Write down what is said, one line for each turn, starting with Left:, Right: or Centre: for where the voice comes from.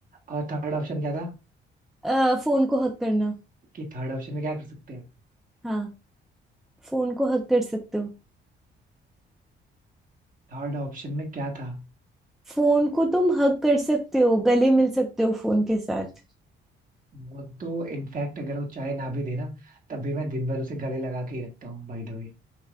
Right: और थर्ड ऑप्शन क्या था
Centre: अ, फोन को हक करना
Right: कि थर्ड ऑप्शन में क्या कर सकते हैं
Centre: हाँ फोन को हक कर सकते हो
Right: थर्ड ऑप्शन में क्या था
Centre: फोन को तुम हक कर सकते हो गले मिल सकते हो फोन के साथ
Right: वो तो इनफैक्ट अगर वो चाय ना भी देना तब भी मैं दिन भर उसे गले लगा के ही रखता हूँ बाय द वे